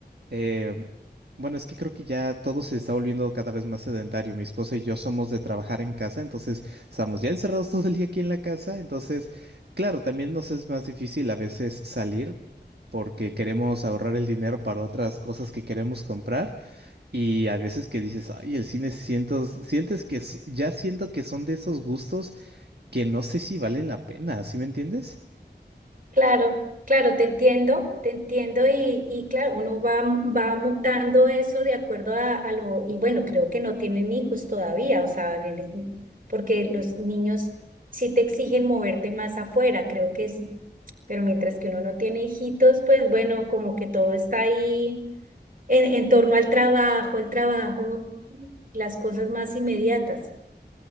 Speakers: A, on the right; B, on the right.
A: eh, bueno, es que creo que ya todo se está volviendo cada vez más sedentario. Mi esposa y yo somos de trabajar en casa, entonces estamos ya encerrados todo el día aquí en la casa. Entonces, claro, también nos es más difícil a veces salir porque queremos ahorrar el dinero para otras cosas que queremos comprar. Y a veces que dices, ay, el cine siento, sientes que s- ya siento que son de esos gustos que no sé si valen la pena, ¿sí me entiendes?
B: Claro, claro, te entiendo, te entiendo y, y claro, uno va, va mutando eso de acuerdo a, a lo, y bueno, creo que no tienen hijos todavía, o sea, en el- porque los niños sí te exigen moverte más afuera, creo que es, pero mientras que uno no tiene hijitos, pues bueno, como que todo está ahí en, en torno al trabajo, el trabajo, las cosas más inmediatas.